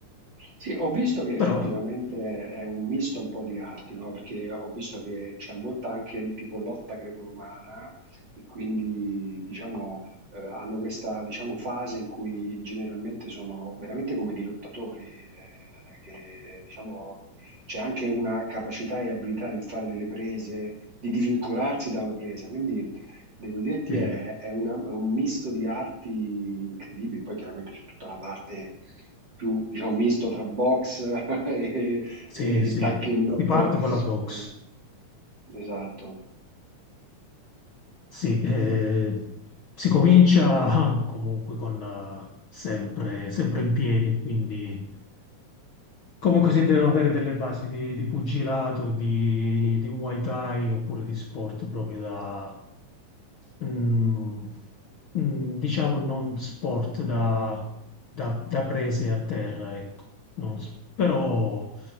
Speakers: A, on the right; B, on the left.
A: Sì, ho visto che effettivamente
B: Però
A: è un misto un po' di arti, no? Perché ho visto che c'è molta anche il tipo lotta greco-romana e quindi diciamo eh, hanno questa diciamo, fase in cui generalmente sono veramente come dei lottatori, eh, che diciamo c'è anche una capacità e abilità nel fare delle prese, di divincolarsi da una presa. Quindi Devo dirti
B: sì,
A: è, è una- è un misto di arti incredibili, poi chiaramente c'è tutta la parte più, diciamo, misto tra box <laughs> e,
B: sì,
A: e
B: sì,
A: taekwondo.
B: si parte con la box.
A: Eh, Esatto.
B: Sì, eh, si comincia <laughs> ah, comunque con la- sempre, sempre in piedi, quindi comunque si devono avere delle basi di, di pugilato, di, di Muay Thai oppure di sport proprio da mm, mm, diciamo non sport da, da- da prese a terra, ecco. Non s- però,